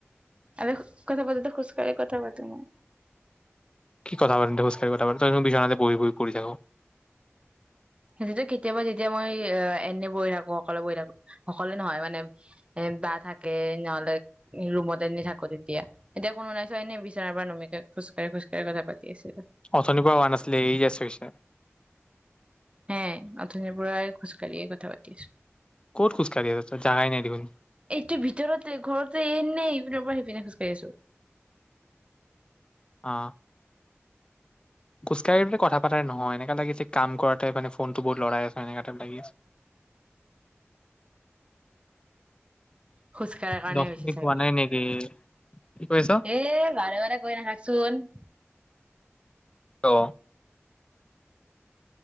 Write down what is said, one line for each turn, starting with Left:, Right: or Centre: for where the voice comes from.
Right: আমি কথা পাতোতে খোজকাঢ়ি কথা পাতিম।
Left: কি কথা পাতোতে খোজকাঢ়ি কথা পাত? তই দেখো বিছনাতে বহি বহি কৰি থাক'।
Right: সেইটোতো কেতিয়াবা যেতিয়া মই এনে বহি থাকো, অকলে বহি থাকো। অকলে নহয় মানে এ বা থাকে নহলে ৰুমত এনে থাকো তেতিয়া। এতিয়া কোনো নাই চ এনে বিচনাৰ পৰা নুমিকে খোজ কা, খোজ কাঢ়ি কথা পাতি আছিলো।
Left: অথনিৰ পৰা হোৱা নাছিলে এই জাষ্ট হৈছে।
Right: হে অথনিৰ পৰাই খোজকাঢ়িয়ে কথা পাতি আছো।
Left: ক'ত খোজকাঢ়ি আছ তই জাগাই নাই দেখোন
Right: এইটো ভিতৰতে ঘৰতে এনেই ইপিনৰ পৰা সিপিন পিছেপিনে খোজকাঢ়ি আছো।
Left: অ খোজকাঢ়ি কথা পাতাৰ নহয় এনেকা লাগিছে কাম কৰাতে মানে ফোনটো বহুত লৰাই আছ এনেকা টাইপ লাগি আছে।
Right: খোজকাঢ়াৰ কাৰণে
Left: দহ
Right: হৈছি
Left: মিনিট
Right: চাগে।
Left: হোৱা নাই নেকি কি কৈ আছ
Right: এ বাৰে বাৰে গৈ নাথাকচোন।
Left: অ